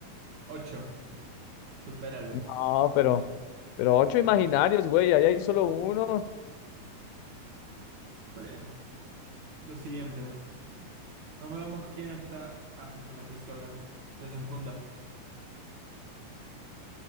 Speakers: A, on the right (about 60°); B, on the left (about 85°).
A: Ocho. Supéralo.
B: No, pero. Pero ocho imaginarios, güey, Allá hay solo uno.
A: Está bien. Lo siguiente. Vamos, vamos, quién está ágil con la pistola. Desenfunda.